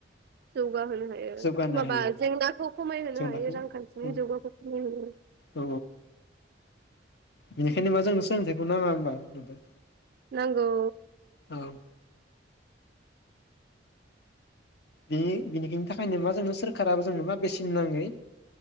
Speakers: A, on the right; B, on the left.
A: जौगाहोनो हायो औ
B: जौगानो
A: माबा
B: हायो
A: जेंनाखौ खमायहोनो
B: जों
A: हायो
B: नाखौ
A: रांखान्थिनि
B: औ
A: जौगाखौ खमायहो
B: औ बेनिखायनो मा जोंनो सोलोंथाइखौ नाङा होनबा नथां
A: नांगौ
B: औ बेनि बेनिखिनि थाखायनो मा जोंनो सोरखाराबो जोंनो मा बेसेन नाङै